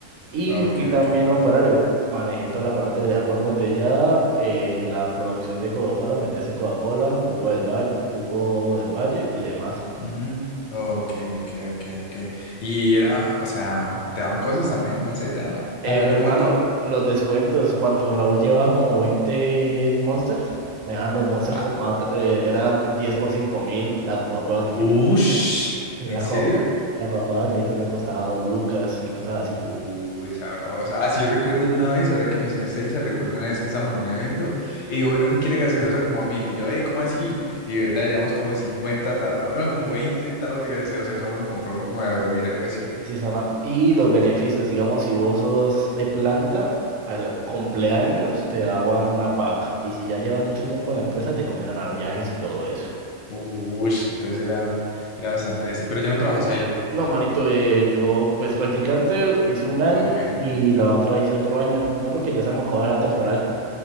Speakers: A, on the right; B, on the left.
A: Y
B: ok,
A: fui también
B: ok.
A: operario. Manejé toda la parte de agua embotellada, eh, la producción de Coca-Cola, aprendí a hacer Coca-Cola, jugo del valle, jugo del valle y demás.
B: Ujú. Ok, ok, ok, ok. Y era, o sea, te daban cosas también, no sé, te daban.
A: Eh,
B: A ver,
A: pues,
B: un
A: mano,
B: momento.
A: los descuentos, cuando Raúl llevaba como veinte Monsters, me daban los Monsters
B: Ah,
A: como a tr- eh, eran 10 por cinco mil, la Coca-Cola 3
B: ush,
A: La
B: ¿en serio?
A: co- la Coca-Cola de litro me ha costado lucas y cosas así.
B: Uy, sabroso Ah, sí, yo recuerdo una vez, ahora que mencionaste a Isa, recuerdo una vez que estábamos en un evento y dijo, bueno, ¿quién quiere gaseosa como a mil? Y yo, hey, ¿cómo así? Y verdad, llevamos como 50 tarras, bueno, como 20 tarros de gaseosa, cada uno compró uno como de dos mil, algo así.
A: Sí, sí, hermano. Y los beneficios, digamos, si vos sos de planta, al cumpleaños te daban una paca. Y si ya llevas mucho tiempo en la empresa, te comienzan a dar viajes y todo eso.
B: Uy, entonces era, era bastante ese. Pero ya no trabajas ahí.
A: No, manito, eh, yo pues practicante hice un año
B: Ok.
A: y la otra hice otro año. No, porque ya se me acabó la temporal.